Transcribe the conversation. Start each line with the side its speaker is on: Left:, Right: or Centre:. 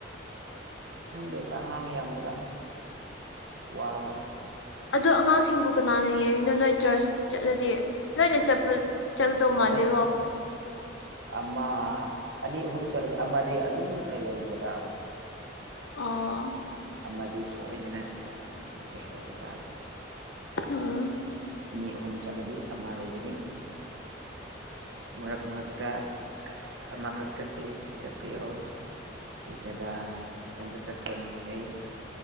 Right: ꯈꯪꯗꯦꯁꯦ ꯑꯉꯥꯡ ꯌꯥꯝꯕꯒ ꯑꯁ ꯋꯥꯕꯒ
Left: ꯑꯗ ꯑꯉꯥꯡꯁꯤꯡꯕꯨ ꯀꯅꯥꯅ ꯌꯦꯔꯤꯅꯣ ꯅꯣꯏ ꯆꯔꯆ ꯆꯠꯂꯗꯤ ꯂꯣꯏꯅ ꯆꯠꯄ ꯆꯠꯀꯗꯧ
Right: ꯃꯠꯇꯦ
Left: ꯃꯥꯟꯗꯦꯀꯣ
Right: ꯑꯃ ꯑꯅꯤ ꯑꯍꯨꯝ ꯆꯠꯂꯗꯤ ꯑꯃꯗꯤ ꯑꯗꯨꯝ ꯂꯩꯍꯧꯕ ꯇꯥꯕ
Left: ꯑ
Right: ꯑꯃꯗꯤ ꯁꯣꯏꯗꯅ ꯂꯩꯍꯧꯕ ꯇꯥꯕ
Left: ꯑꯝ
Right: ꯑꯅꯤ ꯑꯍꯨꯝ ꯆꯠꯂꯗꯤ ꯑꯃ ꯂꯩꯒꯅꯤ ꯃꯔꯛ ꯃꯔꯛꯇ ꯑꯃꯈꯛ ꯆꯠꯄ ꯆꯠꯄ ꯌꯥꯎꯏꯤ ꯑꯩ ꯗꯗꯥ ꯏꯊꯟꯗ ꯆꯠꯄ ꯅꯨꯃꯤꯠ ꯑꯩ